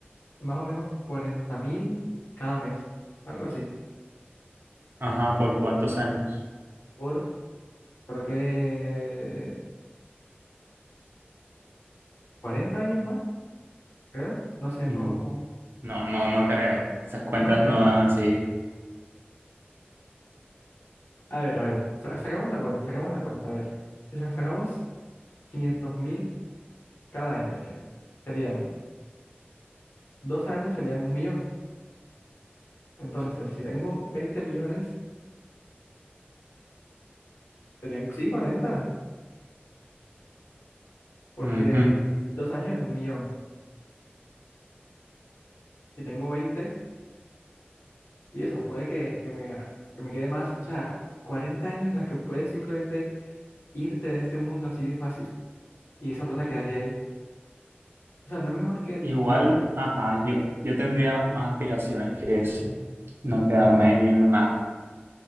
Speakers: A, on the left; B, on the right.
A: más o menos 40 mil cada mes, algo así,
B: Ajá, ¿por cuántos años?
A: por, creo que 40 años más, creo, no sé,
B: Mm,
A: no, no,
B: no, no, no creo. Esas cuentas
A: no crees
B: no dan así.
A: A ver, a ver, sa- sacamos la cuenta, sacamos la cuenta. A ver, si sa- sacamos 500 mil cada año ya, serían dos años, serían un millón. Entonces, si tengo 20 millones, serían, sí, 40, porque
B: Ujú.
A: dos años es un millón. Y tengo 20, y eso puede que, que me, que me quede más. O sea, 40 años en las que puedes simplemente irte de este mundo así de fácil, y esa plata quedaría ahí. O sea, no es mejor que
B: Igual,
A: tú la uses.
B: ajá, yo, yo tendría más aspiraciones que eso. No quedarme ahí en la nada.